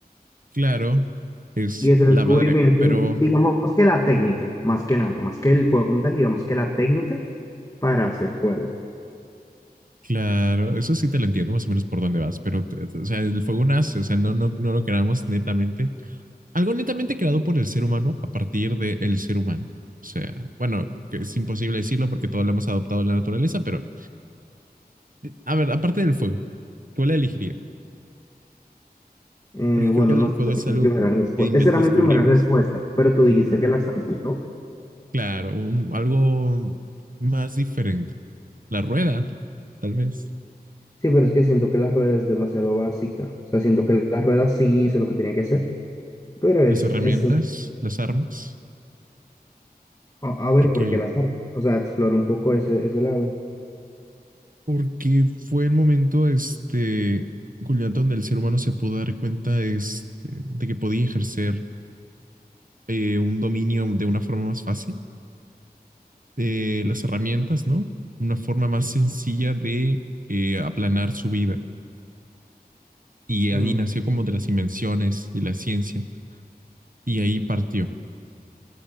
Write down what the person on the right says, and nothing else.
Claro, es
la madre, pero
claro, eso sí te lo entiendo más o menos por dónde vas, pero te- te- o sea, el fuego nace, o sea, no, no, no lo queramos netamente algo netamente creado por el ser humano a partir del ser humano. O sea, bueno, que es imposible decirlo porque todos lo hemos adoptado en la naturaleza, pero a ver, aparte del fuego, ¿cuál la elegiría?
Porque
creo que el
fuego
es
algo
que
descubrimos.
Claro, un, algo más diferente. La rueda, tal vez.
Las herramientas,
las armas.
Porque,
porque fue el momento, este, culminante donde el ser humano se pudo dar cuenta este, de que podía ejercer eh, un dominio de una forma más fácil de las herramientas, ¿no? Una forma más sencilla de eh, aplanar su vida. Y ahí
nació como de las invenciones y la ciencia. Y ahí partió.